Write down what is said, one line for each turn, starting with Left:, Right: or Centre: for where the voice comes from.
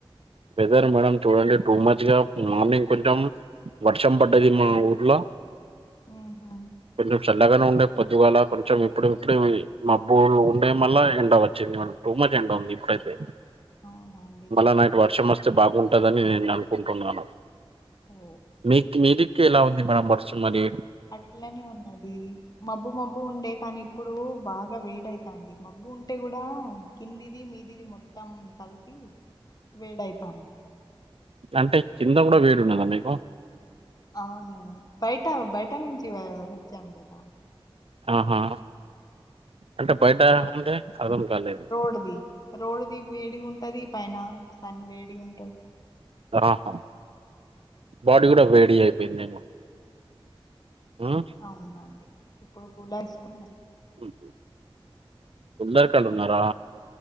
Right: వెదర్ మేడం చూడండి టూ మచ్ గా మార్నింగ్ కొంచెం వర్షం పడ్డది మా ఊర్లో
Left: ఉహు
Right: కొంచెం చల్లగనే ఉండే పొద్దుగాల కొంచెం ఇప్పుడు ఇప్పుడే మబ్బులు ఉండే మళ్ల ఎండ వచ్చు వచ్చింది మన టూ మచ్ ఎండా ఉంది ఇప్పుడైతే
Left: అవునా అండి
Right: మళ్ళా నైట్ వర్షం వస్తది వస్తే బాగుంటందని నేను అనుకుంటున్నాను
Left: ఓ
Right: మీకు మీది మీకు ఎలా ఉంది మేడమ్ వర్షం మరి
Left: అట్లనే ఉన్నది మబ్బు మబ్బు ఉండే కానీ ఇప్పుడు బాగా బాగా వేడైతాంది మబ్బు ఉంటే కూడా కిందిది మీదిది మొత్తం కలిపి వేడయితాంది
Right: అంటే కింద కూడా వేడున్నదా మీకు
Left: అవును బయట బయట నుంచి వచ్చాం కదా
Right: ఆహా అంటే బయట అంటే అర్థం కాలేదు
Left: రోడ్ ది రోడ్ ది వేడి ఉంటది పైన సన్ వేడి ఉంటది
Right: ఆహా బాడీ కూడా వేడి అయిపోయిందేమో ఉమ్
Left: అవునండి ఇప్పుడు కూలా వేసుకుని
Right: హ్మ్ గుల్లరికాళ్ళు ఉన్నారా